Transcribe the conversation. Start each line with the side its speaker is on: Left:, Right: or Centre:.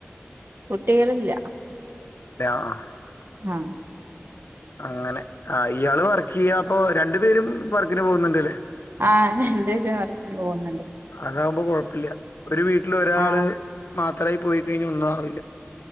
Right: കുട്ടികളില്ല.
Left: ആഹ്
Right: ആഹ്
Left: അങ്ങനെ ആ ഇയാള് വർക്കെയ്യാ അപ്പൊ രണ്ടു പേരും വർക്കിന് പോവുന്നുണ്ട്ലേ?
Right: ആഹ് രണ്ട് പേരും വർക്കിന് പോവുന്നുണ്ട്.
Left: അതാവുമ്പോ കൊഴപ്പയില്ല ഒരു വീട്ടിൽ ഒരാള്
Right: ആഹ്
Left: മാത് ത്രായി പോയിക്കഴിഞ്ഞാൽ ഒന്നും ആവില്ല